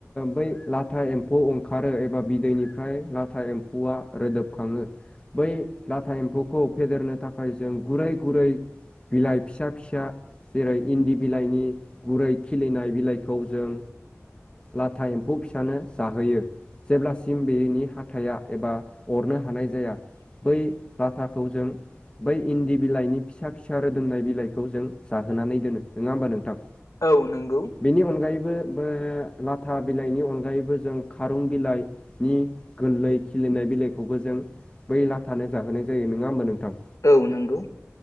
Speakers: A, on the left; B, on the left.
A: बै लाथा एम्फौ ओंखारो एबा बिदैनिफ्राय लाथा था एम्फौआ रोदोबखाङो बै लाथा एम्फौखौ फेदेरनो थाखाय जों गुरै गुरै बिलाइ फिसा फिसा जेरै इन्दि बिलाइनि गुरै खिलिनाय बिलाइखौ जों लाथा एम्फौ फिसानो जाहोयो। जेब्लासिम बेनि हाथाइया एबा अरनो हानाय जाया बै लाथाखौ जों बै इन्दि बिलाइनि फिसा फिसा रोदोमनाय बिलाइखौ जों जाहोनानै दोनो नङा होमबा नोंथां
B: औ नंगौ
A: बेनि अनगायैबो लाथा बिलाइनि अनगायैबो जों खारुं बिलाइ नि गोरलै खिलिनाय बिलाइखौबो जों बै लाथानो जाहोनाय जायो नङा होमबा नोंथां
B: औ नंगौ